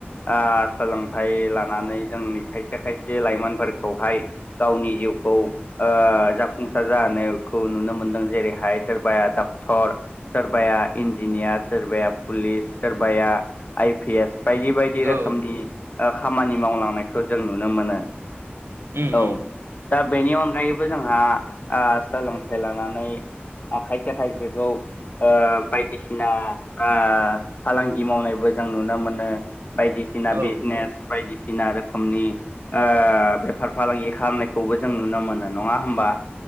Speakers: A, on the left; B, on the right.
A: आ सोलोंथाइ लानानै जोंनि खायसे खायसे लाइमोनफोरखौहाय गावनि जिउखौ ओ जाफुं सार जानायखौ नुनो मोन्दों जेरैहाय सोरबाया डक्टर सोरबाया इन्जिनियार सोरबाया पुलिस सोरबाया आइ पि एस बायदि बायदि रोखोमनि
B: औ
A: खामानि मावलांनायखौ जों नुनो मोनो
B: उम
A: औ
B: उम
A: दा बेनि अनगायैबो जोंहा आ सोलोंथाइ लानानै खायसे खायसे खौ ओ बायदिसिना ओ फालांगि मावनायबो जों नुनो मोनो बायदिसिना
B: औ
A: बिजनेस बायदिसिना रोखोमनि ओ बेफार फालांगि खालामनायखौबो जों नुनो मोनो नङा होमबा?